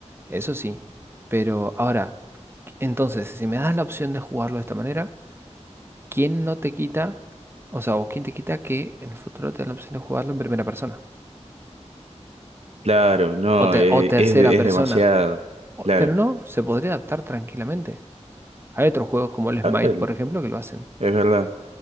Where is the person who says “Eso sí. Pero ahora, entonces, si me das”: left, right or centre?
Right